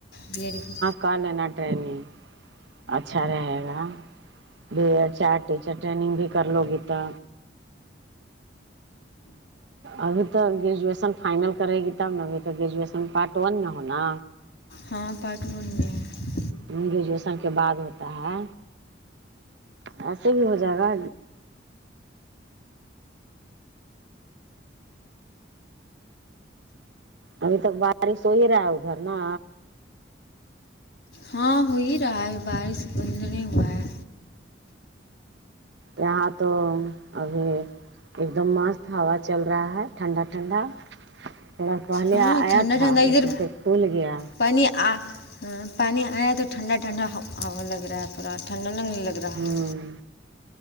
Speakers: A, on the left; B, on the right.
A: بی ایڈ بھی
B: کا لینا ٹرینینگ اچھا رہے گا بھی چار ٹیچر ٹریننگ بھی کر لو گی تو ابھی تو گریجویشن فائنل کرے گی تب نا ابھی تو گریجویشن پارٹ ون میں ہونا
A: ہاں پارٹ ون میں ہے
B: گریجویشن کے بعد ہوتا ہے ایسے بھی ہو جائے گا ابھی تک بارش ہو ہی رہا ہے ادھر نا
A: ہاں ہو ہی رہا ہے بارش بند نہیں ہوا ہے
B: یہاں تو ابھی ایک دم مست ہوا چل رہا ہے ٹھنڈا ٹھنڈا تھوڑا پہلے
A: ہاں
B: آیا
A: ٹھنڈا
B: تھا
A: ٹھنڈا ادھر
B: لیکن پھر کھل گیا
A: پانی آ پانی آیا ہے تو ٹھنڈا ٹھنڈا ہوا لگ رہا ہے پورا ٹھنڈا لگنے لگ رہا
B: ہمم
A: ہے